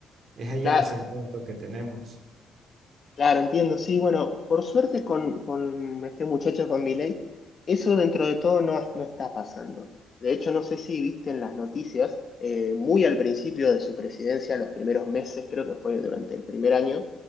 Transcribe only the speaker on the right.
Es ahí
el desencanto que tenemos.